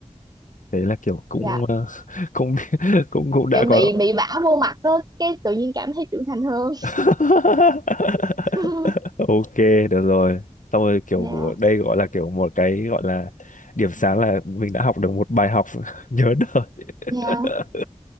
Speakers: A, on the left (about 85°); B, on the right (about 30°).
A: thế là kiểu cũng
B: dạ
A: ờ, <laughs> cũng biết- cũng cũng đã
B: kiểu bị
A: có
B: bị vả vô mặt á cái tự nhiên cảm thấy trưởng thành hơn
A: <laughs>
B: <laughs>
A: ok được rồi xong rồi kiểu
B: dạ
A: của đây gọi là kiểu một cái gọi là điểm sáng là mình đã học được một bài học <laughs> nhớ đời
B: dạ
A: <laughs>